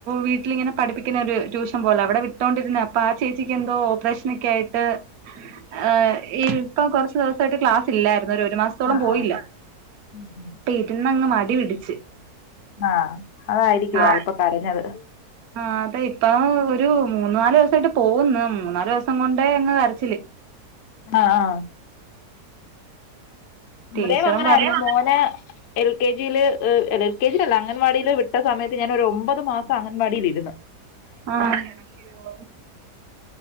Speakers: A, on the right; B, on the left.
A: വീട്ടിലിങ്ങനെ പഠിപ്പിക്കുന്ന ഒരു ട്യൂഷ ഇഷ്ട്ടംപോലാ അവിടെ വിട്ടോണ്ടിരുന്നതാ അപ്പൊ ആ ചേച്ചിക്ക് എന്തോ ഓപ്പറേഷൻ ഒക്കെ ആയിട്ട് ആഹ് ഇഹ് ഇപ്പൊ കുറച്ചു ദിവസായിട്ട് ക്ലാസ്സില്ലായിരുന്നു ഒരൊരു മാ ത്തോളം
B: ആ ആ
A: പോയില്ല
B: ആ ഉം ഉം.
A: പ്പിരുന്നങ്ങ് മടി പിടിച്ച്
B: ആ അതായിരിക്കും
A: ആഹ്
B: അവളിപ്പ കരഞ്ഞത്
A: ആഹ് അതെ ഇപ്പം ഒരു മൂന്നു നാല് ദിവസമായിട്ട് പോകുന്നു മൂന്നു നാല് ദിവസം കൊണ്ടേ അങ്ങ് കരച്ചില്
B: ആഹ് ആഹ്
A: ടീച്ചറും
B: ഇവിടെ അങ്ങനായിരുന്നു
A: പറഞ്ഞു
B: മോനെ എൽ കെ ജിയില് ഏഹ് ല്ല എൽ കെ ജീലല്ല അംഗൻവാടീല് വിട്ട സമയത്ത് ഞാൻ ഒരു ഒമ്പത് മാസം അംഗൻവാടീലിരിന്നു
A: ആഹ് <unintelligible>